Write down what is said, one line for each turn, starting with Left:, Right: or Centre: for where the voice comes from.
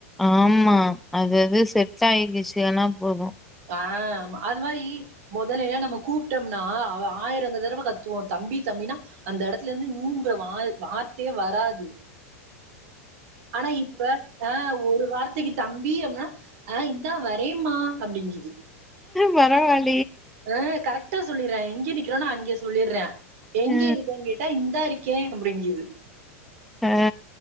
Centre: ஆமா அது அது செட் டாகிக்கிச்சுனா போது
Right: ஆ ஆமா அது மாரி மொதல்ல எல்லா நம்ம கூப்ட்டோம்னா அவ ஆயிரந்த தடவ கத்துவோ தம்பி தம்பினா அந்த எடத்துல இருந்து ஊங்கற வா வார்த்தையே வராது ஆனா இப்ப ஆ ஒரு வார்த்தைக்கி தம்பி அப்டினா ஆ இந்தா வரேம்மா அப்டிங்குது
Centre: பரவால்
Right: ஆ கரெக் டா சொல்லிர்றா எங்க நிக்கிறானோ அங்க சொல்லிர்றா எங்க
Centre: அ
Right: இருக்கேன்னு கேட்டா இந்தா இரு க்கே அப்பிடிங்குது
Centre: ஆ